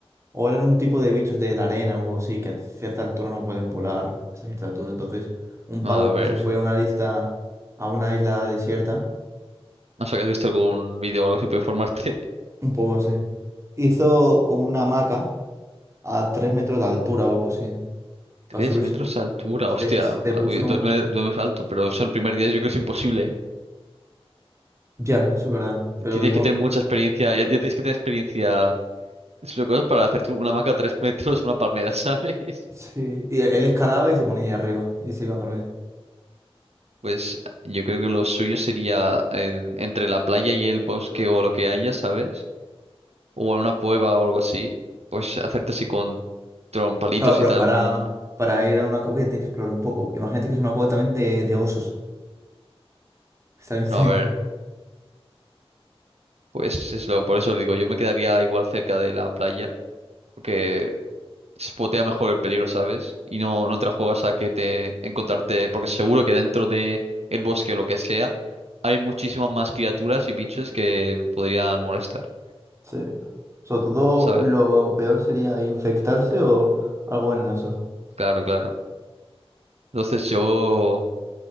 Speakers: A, on the right; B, on the right.
A: O eran un tipo de bichos de la arena o algo así, que a cierta altura no pueden volar, hasta cierta altura. Entonces, un
B: A
A: pavo
B: ver,
A: que se fue a una lista, a una isla desierta,
B: no sé, ¿has visto algún vídeo o algo así para informarte? <laughs>
A: un poco así, hizo como una hamaca a tres metros de altura o algo así. Para
B: Tres
A: subirse
B: metros
A: pu-
B: de altura,
A: se,
B: hostia,
A: se puso...
B: a mí dos, me- dos metros alto, pero eso el primer día yo creo que es imposible, ¿eh?
A: Ya, eso es verdad. Pero
B: Tienes
A: igual,
B: que tener mucha experiencia, ya, ya tienes que tener experiencia es lo que es para hacerte una hamaca a tres <laughs> metros, una palmera, <laughs> ¿sabes?
A: sí. Y él escalaba y se ponía ahí arriba y se iba a dormir.
B: Pues yo creo que lo suyo sería en- entre la playa y el bosque o lo que haya, ¿sabes? o en una cueva o algo así, pues hacerte así con trompalitos
A: Claro, pero
B: y tal,
A: para,
B: un...
A: para ir a una cueva ya tienes que explorar un poco. Imagínate que es una cueva también de, de osos. Está bien,
B: No, a ver,
A: <laughs>
B: pues es lo, por eso digo, yo me quedaría igual cerca de la playa, porque spotea mejor el peligro, ¿sabes? Y no, no te la juegas a que te encontrarte, porque seguro que dentro de el bosque o lo que sea, hay muchísimas más criaturas y bichos que podrían molestar,
A: Sí. Sobre todo
B: ¿sabes?
A: lo peor sería infectarse o algo venenoso.
B: Claro, claro. Entonces yo,